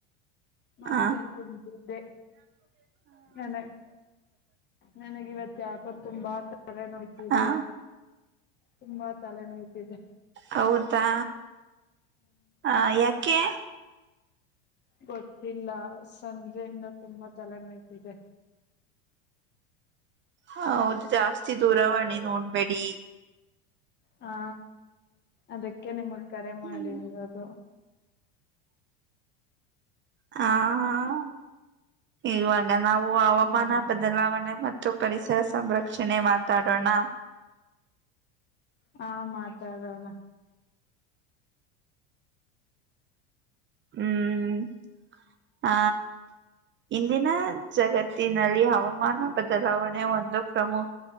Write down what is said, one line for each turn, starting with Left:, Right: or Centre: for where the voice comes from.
Left: ಮತ್ತೆ
Right: ಹ
Left: ಕುಡ್ದಿದ್ದೆ ನನ ನನಗ ಇವತ್ ಯಾಕೋ ತುಂಬಾ ತಲೆ ನೋಯ್ತಿದೆ
Right: ಹ
Left: ತುಂಬಾ ತಲೆನೋಯತಿದೆ
Right: ಹೌದಾ ಹ ಯಾಕೆ
Left: ಗೊತ್ತ ತಿಲ್ಲ ಇಲ್ಲ ಸಂಜೆಯಿಂದ ತುಂಬಾ ತಲೆನಾಯತಿದೆ
Right: ಹ ಹೌದು ಜಾಸ್ತಿ ದೂರವಣಿ ನೋಡ್ಬೇಡಿ
Left: ಹಾ ಅದಕ್ಕೆ ನಿಮಗ್ ಕರೆ ಮಾಡಿರೋದು
Right: ಹ್ಮ್ ಹ ಹಾ ಇವಾಗ ನಾವು ಹವಾಮಾನ
Left: ಹಾ
Right: ಬದಲಾವಣೆ ಮತ್ತು ಪರಿಸರ ಸಂರಕ್ಷಣೆ ಮಾತಾಡೋಣ
Left: ಹಾ ಮಾತ್ದಣ
Right: ಹ್ಮ್ ಹ ಇಂದಿನ ಜಗತ್ತ ತ್ತಿನಲ್ಲಿ ಹವಾಮಾನ ಬದಲಾವಣೆ ಒಂದು ಪ್ರಮುಖ